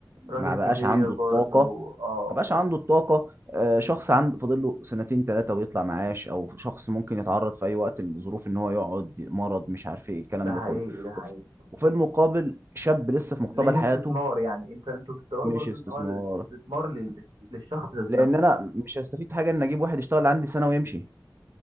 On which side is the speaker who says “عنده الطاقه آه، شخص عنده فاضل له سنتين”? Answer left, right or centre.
Right